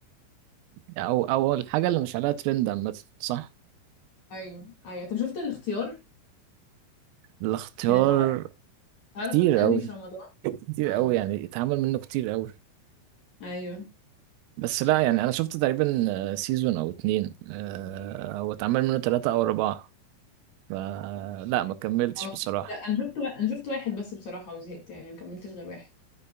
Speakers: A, on the right; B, on the left.
A: او اول حاجه اللي مش عليها ترند عامه صح
B: ايوه ايوه طب شفت الاختيار
A: الاختيار
B: كانت عارفة عارفة
A: كتير
B: قوي
A: قوي
B: في رمضان
A: كتير
B: اه
A: قوي يعني اتعمل منه كتير قوي
B: ايوه
A: بس لا يعني انا شفت تقريبا سيزون او اتنين آه، هو اتعمل منه تلاتة او اربعة فلا ما كملتش
B: اه
A: بصراحة
B: لا انا شفت وا- انا شفت واحد بس بصراحة وزهقت يعني ما كملتش غير واحد